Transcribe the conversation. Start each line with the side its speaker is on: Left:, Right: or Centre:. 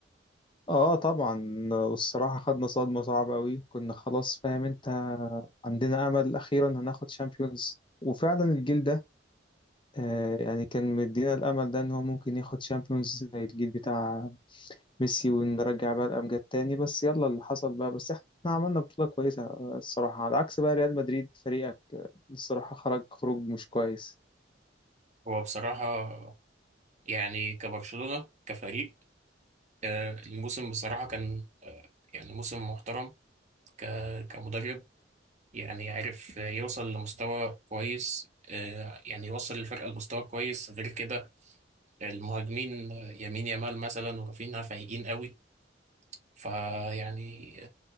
Left: اه طبعا آه، والصراحة خدنا صدمة صعبة قوي كنا خلاص فاهم انت عندنا امل اخيرا هناخد شامبيونز وفعلا الجيل ده آه، يعني كان مدينا الأمل ده إن هو ممكن ياخد شامبيونز زي الجيل بتاع ميسي ونرجع بقى الأمجاد تاني بس يلا اللي حصل بقى بس إحنا عملنا بطولة كويسة آه، الصراحة على عكس بقى ريال مدريد فريقك آه، الصراحة خرج خروج مش كويس
Right: هو بصراحة يعني كبرشلونة كفريق آه، الموسم بصراحة كان آه، يعني موسم محترم ك- كمدرب يعني عارف يوصل لمستوى كويس آه، يعني يوصل الفرقة لمستوى كويس غير كده المهاجمين آه، يمين يامال مثلا ورافينها فايقين قوي فيعني